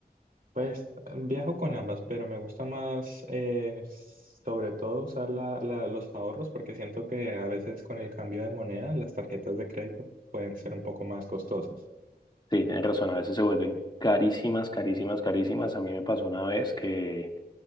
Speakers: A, on the right; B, on the left.
A: Pues viajo con ambas, pero me gusta más eh, sobre todo usar la- la- los ahorros porque siento que a veces con el cambio de moneda las tarjetas de crédito pueden ser un poco más costosas.
B: Sí, tienes razón, a veces se vuelven carísimas, carísimas, carísimas. A mí me pasó una vez que